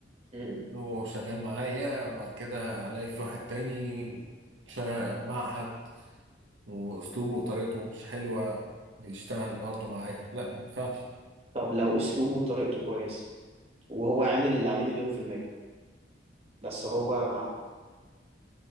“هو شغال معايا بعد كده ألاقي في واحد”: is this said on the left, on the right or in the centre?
Right